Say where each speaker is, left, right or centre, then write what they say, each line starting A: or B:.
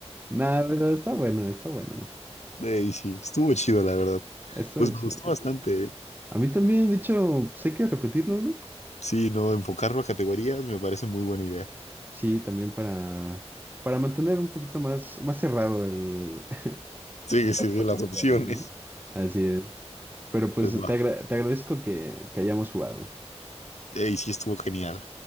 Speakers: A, on the right; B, on the left.
A: Nada, pero está bueno, está bueno. ¿no?
B: Ey, sí, estuvo chido, la verdad.
A: Eso
B: Pues
A: es
B: me gustó
A: chido.
B: bastante. eh.
A: A mí también, de hecho, pues hay que repetirlo, ¿no?
B: Sí, no, enfocarlo a categorías me parece muy buena idea.
A: Sí, también para, para mantener un poquito más, más cerrado el... <laughs>
B: Sí, sí,
A: Más posibilidades,
B: sí, las opciones.
A: ¿no? Así es. Pero pues
B: Pues va.
A: te, agra- te agradezco que, que hayamos jugado.
B: Ey, sí, estuvo genial.